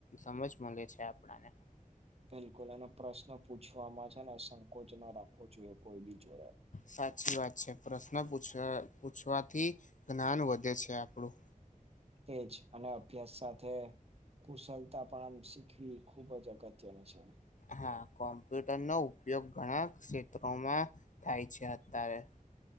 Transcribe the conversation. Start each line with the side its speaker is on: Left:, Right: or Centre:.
Left: સમજ મળે છે આપણાને
Right: બિલકુલ અને પ્રશ્ન પૂછવામાં છે ને સંકોચ ના રાખવો જોઈએ કોઈ બી જોડે.
Left: સાચી વાત છે પ્રશ્ન પૂછવાથી જ્ઞાન વધે છે આપણું
Right: તેજ અને અભ્યાસ સાથે કુશલતા પણ આમ શીખવી ખુબ જ અગત્યનું છે.
Left: હા કોમ્પ્યુટર નો ઉપયોગ ઘણા ક્ષેત્રોમાં થાય છે અત્યારે.